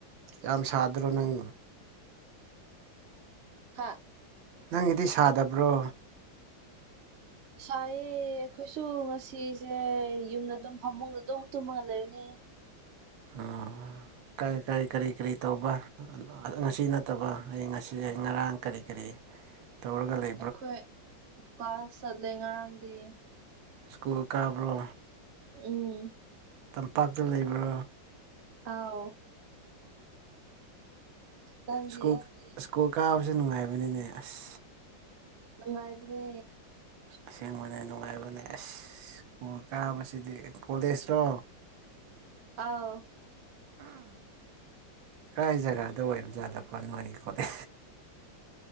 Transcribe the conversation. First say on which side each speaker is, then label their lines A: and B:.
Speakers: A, on the right (about 80°); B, on the right (about 45°).
A: ꯌꯥꯝ ꯁꯥꯗ꯭ꯔꯣ
B: ꯎꯝ
A: ꯅꯪ
B: ꯍꯥ
A: ꯅꯪꯒꯤꯗꯤ ꯁꯥꯗꯕ꯭ꯔꯣ
B: ꯁꯥꯏꯌꯦ ꯑꯩꯈꯣꯏꯁꯨ ꯉꯁꯤꯁꯦ ꯌꯨꯝꯗ ꯑꯗꯨꯝ ꯐꯃꯨꯡꯗ ꯑꯗꯨꯝ ꯇꯨꯝꯃꯒ ꯂꯩꯔꯅꯤ
A: ꯑꯣ ꯀꯥꯏ ꯀꯔꯤ ꯀꯔꯤ ꯀꯔꯤ ꯇꯧꯕ ꯉꯁꯤ ꯅꯠꯇꯕ ꯑꯩ ꯉꯁꯤ ꯉꯔꯥꯡ ꯀꯔꯤ ꯀꯔꯤ ꯇꯧꯔꯒ ꯂꯩ
B: ꯑꯩꯈꯣꯏ ꯀ꯭ꯂꯥꯁ ꯆꯠꯂꯦ ꯉꯔꯥꯡꯗꯤ
A: ꯁ꯭ꯀꯨꯜ ꯀꯥꯕ꯭ꯔꯣ
B: ꯎꯝ
A: ꯇꯝꯄꯥꯛꯇ ꯂꯩꯕ
B: ꯑꯥꯎ ꯅꯪꯗꯤ
A: ꯁ꯭ꯀꯣꯞ ꯁꯀꯣꯜ ꯀꯥꯕꯁꯦ ꯅꯨꯡꯉꯥꯏꯕꯅꯤꯅꯦ ꯑꯁ
B: ꯥꯏꯕꯗꯤ
A: ꯑꯁꯦꯡꯕꯅꯦ ꯅꯨꯡꯉꯥꯏꯕꯅꯦ ꯑꯁ ꯁ꯭ꯀꯨꯜ ꯀꯥꯕꯁꯤꯗꯤ ꯀꯣꯂꯦꯖꯇꯣ
B: ꯑꯥꯎ
A: ꯀꯥꯏ ꯖꯒꯥꯗ ꯑꯣꯏꯕ ꯖꯥꯠꯂꯄꯣꯠ ꯅꯣꯏꯒꯤ ꯈꯣꯠꯂ